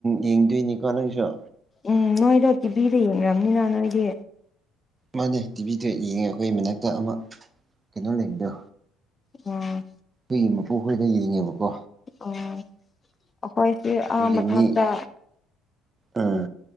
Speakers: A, on the right; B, on the left.
A: ꯌꯦꯡꯗꯣꯏꯅꯤꯀꯣ ꯅꯪꯁꯨ
B: ꯎꯝ ꯅꯣꯏꯗꯣ ꯇꯤꯕꯤꯗ ꯌꯦꯡꯅꯝꯅꯤꯅ ꯅꯣꯏꯗꯤ
A: ꯃꯥꯅꯦ ꯇꯤꯚꯤꯗ ꯌꯦꯡꯉꯦ ꯑꯩꯈꯣꯏ ꯃꯅꯥꯛꯇ ꯑꯃ ꯀꯩꯅꯣ ꯂꯩꯕꯗꯣ
B: ꯑꯣ
A: ꯑꯩꯈꯣꯏꯒꯤ ꯃꯄꯨꯈꯣꯏꯗ ꯌꯦꯡꯉꯦꯕꯀꯣ
B: ꯑꯣ ꯑꯩꯈꯣꯏꯁꯦ
A: ꯑꯗꯨꯒꯤ
B: ꯑꯍꯝꯕ
A: ꯃꯤ
B: ꯊꯥꯛꯛꯇ
A: ꯑꯥ